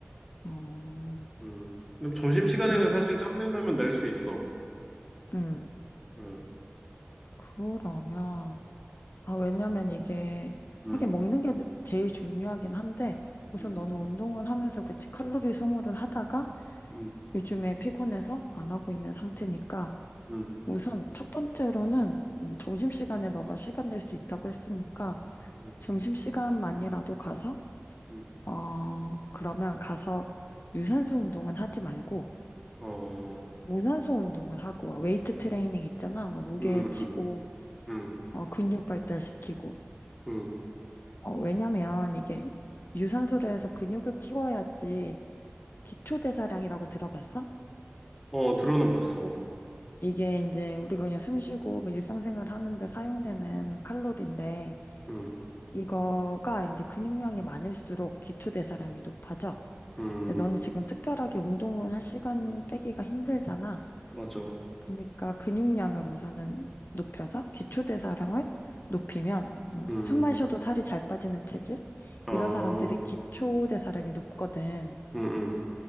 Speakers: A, on the left; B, in the centre.
A: 어,
B: 음. 근데 뭐 점심시간에는
A: 기본,
B: 사실 짬 내려면 낼 수 있어.
A: 음,
B: 음.
A: 그러면, 아, 왜냐면 이게,
B: 음,
A: 하긴 먹는 게 제일 중요하긴 한데, 우선
B: 음,
A: 너는 운동을 하면서 그치, 칼로리 소모를 하다가
B: 음,
A: 요즘에 피곤해서 안 하고 있는 상태니까,
B: 음,
A: 우선 첫 번째로는 음, 점심시간에 너가 시간 낼 수 있다고 했으니까,
B: 음,
A: 점심시간만이라도 가서,
B: 음.
A: 어, 그러면 가서 유산소 운동은 하지 말고,
B: 어,
A: 무산소 운동을 하고 와. 웨이트 트레이닝 있잖아. 뭐 무게
B: 음, 음,
A: 치고,
B: 음,
A: 어, 근육 발달시키고.
B: 음.
A: 어, 왜냐면 이게 유산소를 해서 근육을 키워야지 기초대사량이라고 들어봤어?
B: 어, 들어는 봤어.
A: 이게 이제 우리가 그냥 숨 쉬고 뭐 일상생활 하는데 사용되는 칼로리인데
B: 음,
A: 이거가 이제 근육량이 많을수록 기초대사량이 높아져.
B: 음,
A: 근데 너는 지금 특별하게 운동을 할 시간 빼기가 힘들잖아.
B: 맞아.
A: 그러니까 근육량을 우선은 높여서 기초대사량을 높이면 뭐
B: 음,
A: 숨만 쉬어도 살이 잘 빠지는 체질
B: 아,
A: 이런 사람들이 기초대사량이 높거든.
B: 음, 음,